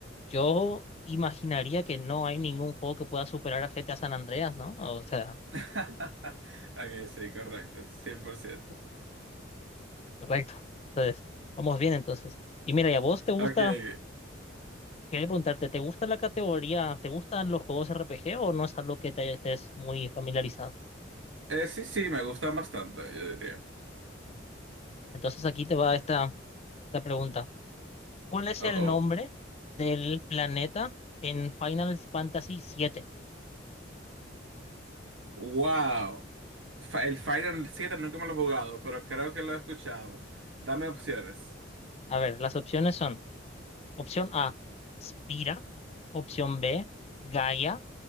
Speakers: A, on the left; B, on the right.
A: yo imaginaría que no hay ningún juego que pueda superar a GTA San Andreas, ¿no? O sea,
B: <laughs> Ok, sí, correcto, 100%.
A: correcto. Entonces, vamos bien entonces. Y mira, ¿y a vos te gusta?
B: Ok, eh,
A: Quería preguntarte, ¿te gusta la categoría? ¿Te gustan los juegos RPG o no es algo que te estés muy familiarizado?
B: sí, sí, me gustan bastante, yo diría.
A: Entonces aquí te va esta, esta pregunta. ¿Cuál es
B: Oh,
A: el
B: oh.
A: nombre del planeta en Final Fantasy siete?
B: Wow. Fa- el Final 7 nunca me lo he jugado, pero creo que lo he escuchado. Dame opciones.
A: A ver, las opciones son Opción A, Spira. Opción B, Gaia.